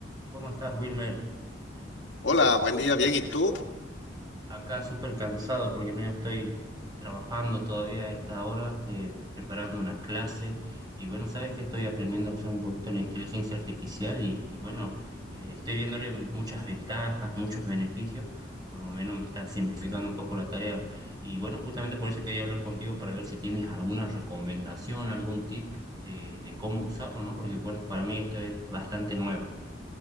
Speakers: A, on the right (about 20°); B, on the left (about 70°).
A: ¿Cómo estás, Wilmer?
B: Hola, buen día, bien, ¿y tú?
A: Acá súper cansado porque me estoy trabajando todavía a esta hora, eh, preparando una clase. Y bueno, sabes que estoy aprendiendo a usar un poquito la inteligencia artificial y, y bueno, eh, estoy viéndole muchas ventajas, muchos beneficios. Por lo menos me está simplificando un poco la tarea. Y bueno, justamente por eso quería hablar contigo para ver si tienes alguna recomendación, algún tip de, de cómo usarlo, ¿no? Porque bueno, para mí esto es bastante nuevo.